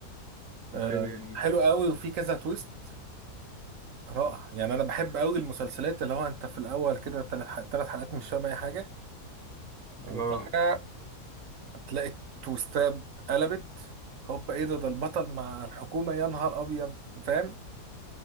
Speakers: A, in the centre; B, on the right.
A: طب
B: آه،
A: حلو يعني
B: حلو قوي وفي كذا تويست رائع يعني انا بحب قوي المسلسلات اللي هو انت في الاول كده ثلاث ثلاث حلقات مش فاهم اي حاجة وفجأة
A: اه
B: تلاقي تويستات قلبت هوب ايه ده ده البطل مع الحكومة يا نهار ابيض فاهم